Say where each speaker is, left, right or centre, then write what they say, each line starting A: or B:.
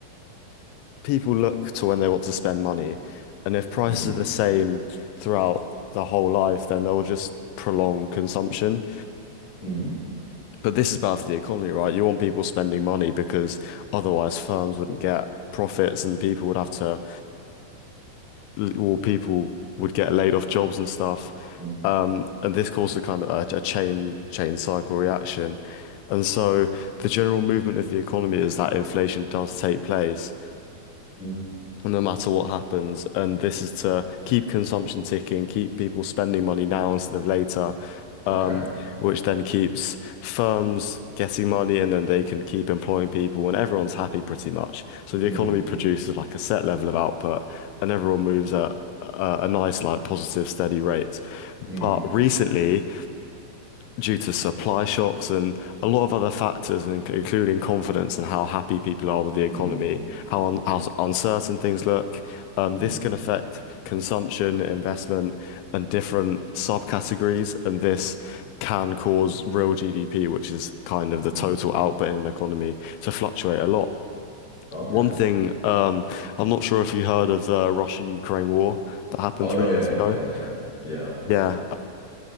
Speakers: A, on the left; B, on the left.
A: people look to when they want to spend money, and if prices
B: mm,
A: are the same throughout the whole life, then they'll just prolong consumption.
B: mm,
A: But this is bad for the economy, right? You want people spending money because otherwise firms wouldn't get profits and people would have to, or people would get laid off jobs and stuff.
B: mm,
A: Um, and this causes a kind of a, a chain chain cycle reaction. And so the general movement of the economy is that inflation does take place
B: mm.
A: no matter what happens. And this is to keep consumption ticking, keep people spending money now instead of later,
B: Okay.
A: um, which then keeps firms getting money and then they can keep employing people and everyone's happy pretty much. So the
B: Mm,
A: economy produces like a set level of output and everyone moves at a, a nice, like positive, steady rate.
B: mm,
A: But recently, due to supply shocks and a lot of other factors, in- including confidence and how happy people are with the economy,
B: mm,
A: how un how s- uncertain things look. Um,
B: mm.
A: this
B: mm.
A: can affect consumption, investment, and different subcategories, and this can cause real GDP, which is kind of the
B: Mm.
A: total output in an economy, to fluctuate a lot.
B: Okay.
A: One thing, um, I'm not sure if you heard of the Russia-Ukraine war that happened
B: Oh
A: three
B: no, yeah,
A: years ago.
B: yeah, yeah, yeah. Yeah.
A: Yeah,